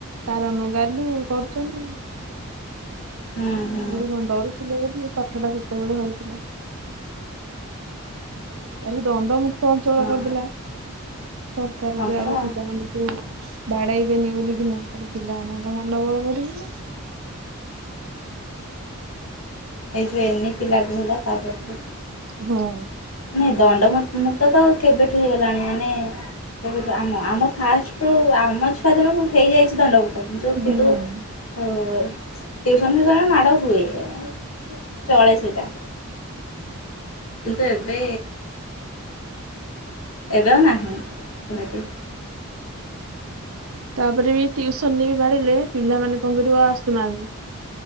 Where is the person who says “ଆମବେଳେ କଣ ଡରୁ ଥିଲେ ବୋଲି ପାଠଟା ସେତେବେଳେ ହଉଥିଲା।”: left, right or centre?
Right